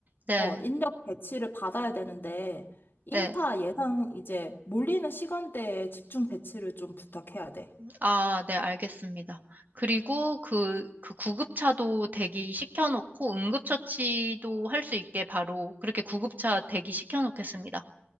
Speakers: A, on the right; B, on the left.
A: 네,
B: 어, 인력 배치를 받아야 되는데, 인파
A: 네.
B: 예상 이제 몰리는 시간대에 집중 배치를 좀 부탁해야 돼.
A: 아, 네, 알겠습니다. 그리고 그, 그 구급차도 대기 시켜놓고 응급처치도 할 수 있게 바로 그렇게 구급차 대기 시켜놓겠습니다.